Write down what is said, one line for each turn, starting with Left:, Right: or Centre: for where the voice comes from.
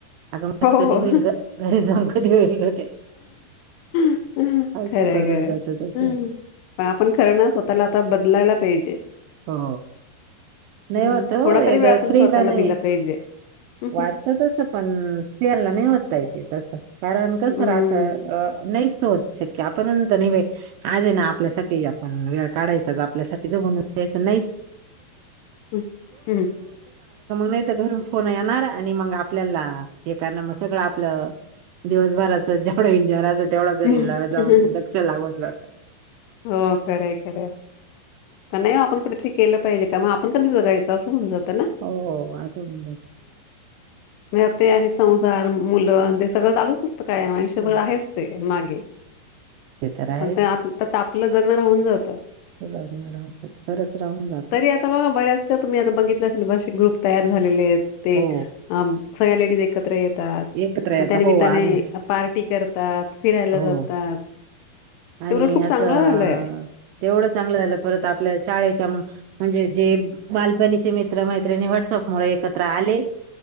Right: अगं
Left: हो,
Right: माझं
Left: हो.
Right: कधी होईल ग घरी जाऊन कधी होईल हो ते
Left: खरं
Right: असं करून
Left: खरं
Right: जात तस त्याच्या
Left: हम् पण आपण खरं ना स्वतःला आता बदलायला पाहिजे
Right: हो नाही
Left: मग
Right: होत हो
Left: थोडा तरी
Right: एकदा
Left: वेळ आपण
Right: स्त्रीला
Left: स्वतःला
Right: नाही
Left: दिला पाहिजे. हं,
Right: वाटत
Left: हं.
Right: तसं पण स्तियांला नाही होता येते तस कारण कसं
Left: हं,
Right: राता नाहीच होत शक्य आपण नंत नाही बा आज आहे ना आपल्यासाठी आपण वेळ काढायचाच आपल्यासाठी ज द्यायचं नाही त <unintelligible> मग
Left: हं,
Right: नाही तर घरून फोन येणार आणि मग आपल्याला हे करण मग सगळं आपलं दिवसभराच जेवढं एन्जॉय राहतं तेवढं घरी
Left: हं.
Right: जाऊन दक्ष लागून जातं
Left: हो खरंय खरंय पण नाही आपण कुठेतरी केलं पाहिजे का मग आपण कधीगाचं असं म्हण जात
Right: हो असं उजट
Left: म ते आहे संसार मुलं ते सगळं चालूच असतं काय आयुष्यभर
Right: हो
Left: आहेच ते मागे
Right: ते तर आहेच
Left: पण ते आ आपलं जगणं राहून जातं
Right: राहून राहून जात खरंच राहून जात
Left: तरी आता बघा बऱ्याचश तुम्ही आता बघितल्या स ग्रुप तयार झालेले आहेत ते
Right: हो
Left: सगळ्या लेडीज एकत्र आहेत
Right: एकत्र
Left: मग
Right: येत
Left: त्या निमित्ताने
Right: हो आणि
Left: पार्टी करतात फिरायला
Right: हो
Left: जातात
Right: आणि
Left: ते उलट खूप
Right: असं
Left: चांगलं झालंय
Right: तेवढं चांगलं झालं परत आपल्या शाळेच्या म्हणजे जे बालपणीचे मित्र मैत्रिणी व्हॉटसअप मु एकत्र आले